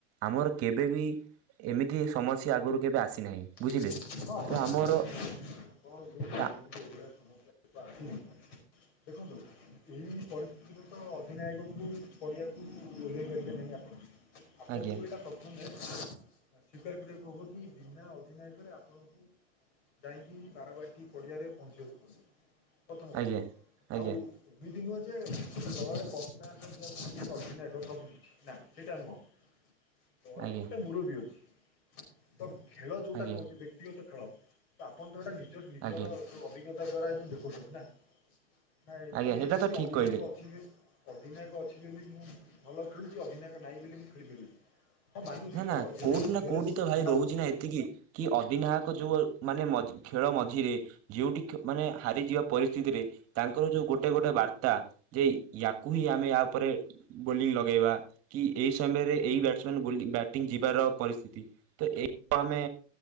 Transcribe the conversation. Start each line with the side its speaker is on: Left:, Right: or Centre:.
Right: ଆମର କେବେ ବିି ଏମିତି ସମସ୍ୟା ଆଗରୁ କେବେ ଆସିନାହିଁ।
Left: ହଁ
Right: ବୁଝିଲେ।
Left: ଆପଣ
Right: ତ ଆମର
Left: ଯେ <unintelligible>
Right: ତା
Left: <unintelligible> ଦେଖନ୍ତୁ ଏଇ ପରିସ୍ଥିତିରେ ତ ଅଧିନାୟକଙ୍କୁ ପଡ଼ିଆକୁ ଓହ୍ଲେଇ ପାରିବେ ନାହିଁ ଆପଣ। ଆପଣଙ୍କୁ
Right: ଆଜ୍ଞା
Left: ଏଇଟା ପ୍ରଥମେ ସ୍ଵିକାର କରିବାକୁ ହବ କି ବିନା ଅ ଅଧିନାୟକରେ ଆପଣଙ୍କୁ ଯାଇକି ବାରବାଟି ପଡ଼ିଆରେ ପହଞ୍ଚିବାକୁ ପଡିବ। ପ୍ରଥମ କଥା,
Right: ଆଜ୍ଞା ଆଜ୍ଞା
Left: ଆଉ ଏମିତି ନୁହେଁ ଯେ ଦଳରେ କସ୍ତା <unintelligible> ନା ସେଇଟା ନୁହଁ, ଦଳର
Right: ଆଜ୍ଞା
Left: ଗୋଟେ
Right: ଆଜ୍ଞା
Left: ମୁରବୀ ଅଛି, ତ ଖେଳ ଯୋଉ
Right: ଆଜ୍ଞା
Left: ବ୍ୟକ୍ତିଗତ ଖେଳ ତ ଆପଣ ତ ଏଇଟା ନିଜ ନିଜର
Right: ଆଜ୍ଞା
Left: ଯୋଉ ଅଭିଜ୍ଞତା ଦ୍ଵାରା ଏମାନେ ଦେଖଉଛନ୍ତି ନା, ନା ଏମିତି
Right: ଆଜ୍ଞା ସେଇଟା
Left: କିଏ
Right: ତ ଠିକ୍
Left: ଅଧିନାୟକ
Right: କହିଲେ।
Left: ଅଛି ଯେ ଅଧିନାୟକ ଅଛି ବୋଲି ମୁଁ ଭଲ ଖେଳୁଛି ଅଧିନାୟକ ନାହିଁ ବୋଲି ମୁଁ ଖେଳିପାରିବିନି। ହଁ ମାନୁଛି
Right: ନା-ନା
Left: ଦଳ ଯଦି
Right: କୋଉଠି ନା
Left: ଝିଅରେ
Right: କୋଉଠି ତ ଭାଇ
Left: ସେନାପତି
Right: ରହୁଛି ନା ଏତିକି, କି ଅଧିନାୟକ ଯୋଉ ମାନେ ମଝ୍ ଖେଳ ମଝିରେ ଯୋଉଠି ମାନେ ହାରିଯିବା ପରିସ୍ଥିତିରେ ତାଙ୍କର ଯୋଉ ଗୋଟେ ଗୋଟେ ବାର୍ତ୍ତା ଯେ ୟାକୁ ହିଁ ଆମେ ୟା ଉପରେ ବୋଲିଂ ଲଗେଇବା କି ଏଇ ସମୟରେ ଏଇ ବ୍ୟାଟସମ୍ୟାନ୍ ବୋଲିଙ୍ଗ୍ ବ୍ୟାଟିଂ ଯିବାର ପରିସ୍ଥିତି ତ ଏଇ <inaudible> ଆମେ